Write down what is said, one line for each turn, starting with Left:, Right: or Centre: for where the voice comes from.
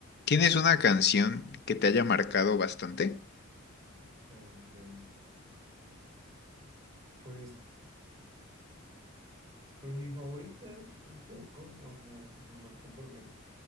Left: ¿Tienes una canción que te haya marcado bastante?
Right: Ñam, ñam. Pues, pues mi favorita, un poco, o sea, me marcó porque